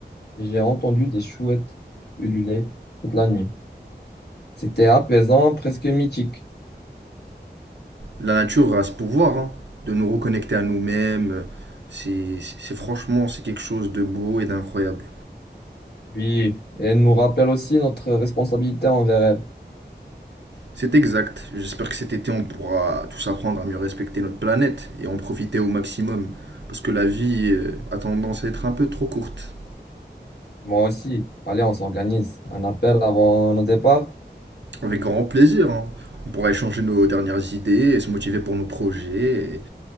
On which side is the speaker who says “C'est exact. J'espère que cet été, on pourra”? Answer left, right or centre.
Right